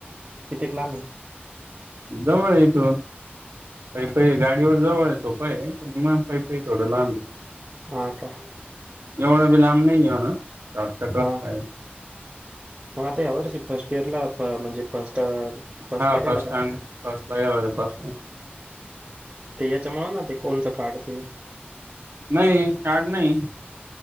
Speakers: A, on the right (about 30°); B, on the right (about 85°).
A: कितीक लांब आहे?
B: जवळ आहे इथून पैपही गाडीवर जाव सोपाय पण पैपही थोडं लांब आहे
A: ह का
B: एवढे बी लाम नाही म्हणा शॉटकट
A: हा
B: रस्ता आहे
A: मग आता यावर्ष फर्स्ट इयरला म्हणजे फर्स्ट फर्स्ट
B: हा
A: ला गेला
B: बस
A: का?
B: स्टॅड बाजार बस स्ट
A: ते याच्यामुळ ना ते कोणचं काढ ते
B: नाही कार्ड नाही